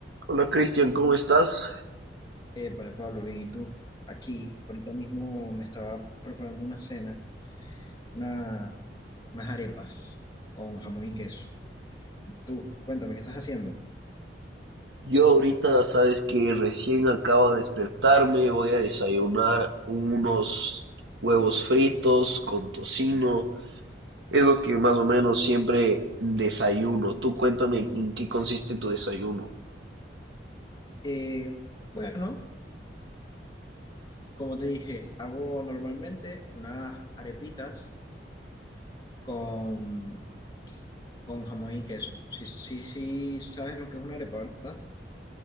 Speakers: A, on the right; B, on the left.
A: Hola Cristian, ¿cómo estás?
B: Eh, Vale, Pablo, bien, ¿y tú? Aquí, ahorita mismo me estaba preparando una cena, una, unas arepas con jamón y queso. Tú, cuéntame, ¿qué estás haciendo?
A: Yo ahorita sabes que recién acabo de despertarme, voy a desayunar unos huevos fritos con tocino, es lo que más o menos siempre desayuno. Tú cuéntame en qué consiste tu desayuno.
B: Eh, bueno, como te dije, hago normalmente unas arepitas con, con jamón y queso. Sí, sí, sí, sabes lo que es una arepa, ¿verdad?